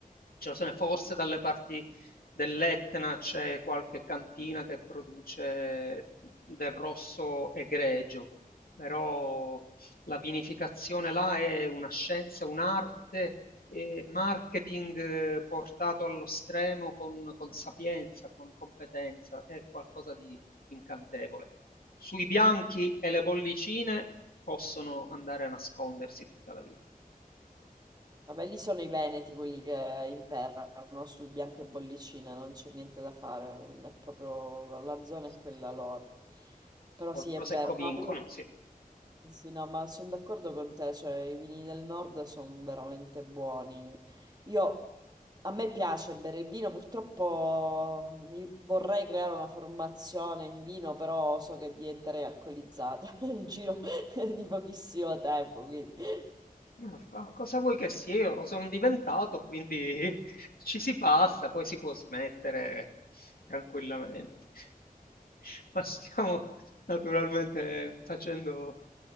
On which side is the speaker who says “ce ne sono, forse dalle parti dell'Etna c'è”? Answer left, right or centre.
Left